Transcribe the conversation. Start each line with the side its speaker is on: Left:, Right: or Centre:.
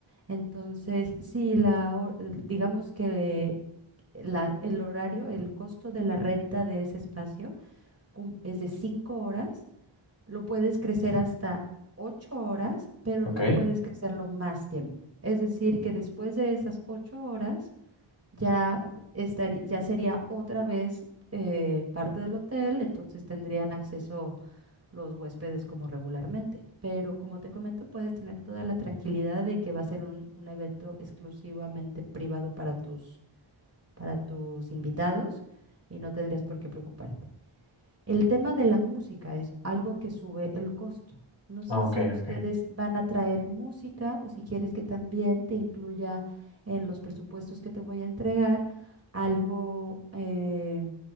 Right: Entonces, si la, hor- el- digamos que la- el horario, el costo de la renta de ese espacio cum- es de cinco horas, lo puedes crecer hasta 8 horas, pero
Left: ok,
Right: no puedes crecerlo más tiempo. Es decir, que después de esas 8 horas ya estaría, ya sería otra vez eh, parte del hotel, entonces tendrían acceso los huéspedes como regularmente. Pero como te comento, puedes tener toda la tranquilidad de que va a ser un, un evento exclusivamente privado para tus, para tus invitados y no tendrías por qué preocuparte. El tema de la música es algo que sube el costo. No sé
Left: ok,
Right: si ustedes
Left: ok.
Right: van a traer música o si quieres que también te incluya en los presupuestos que te voy a entregar algo, eh,